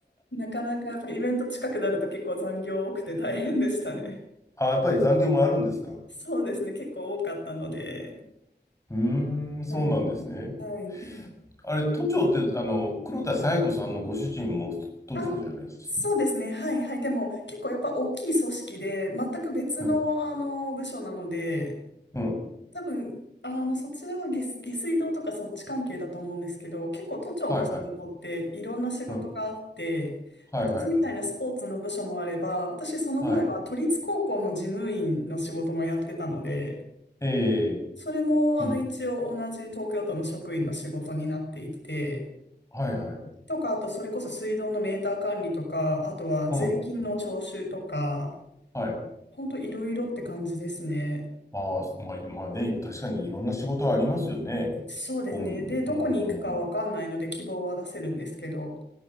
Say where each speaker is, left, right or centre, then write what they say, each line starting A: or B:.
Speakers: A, on the left; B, on the left.
A: なかなかやっぱイベント近くなると結構残業多くて大変でしたね。
B: あ、やっぱり残業もあるんですか。
A: そうですね。結構多かったので。<laughs>
B: うーん、そうなんですね。
A: はい。はい。<laughs>
B: あれ、都庁って、あの、黒田清子さんのご主人も都庁じゃないですか。
A: あ、そうですね。はい。はい。でも、結構やっぱ大きい組織で、全く別の、
B: うん、
A: あの、部署なので、
B: うん、
A: 多分、あの、そちらは下、下水道とかそっち関係だと思うんですけど、結構都庁の仕事っていろんな仕事があって、
B: はいはい、うん、はいはい、
A: 私みたいなスポーツの部署もあれば、私その前は都立高校の事務員の仕事もやってたので、
B: はい、ええ
A: それも、
B: うん、
A: あの、一応同じ東京都の職員の仕事になっていて、
B: はいはい、
A: とか、あとそれこそ水道のメーター管理とか、あとは税金の徴収とか、
B: うん、はい。
A: ほんといろいろって感じですね。
B: ああ、まあ、まあね、確かにいろんな仕事はありますよね。
A: そうですね。
B: 公務員。
A: で、どこに行くかわかんないので希望は出せるんですけど、
B: うん、うん。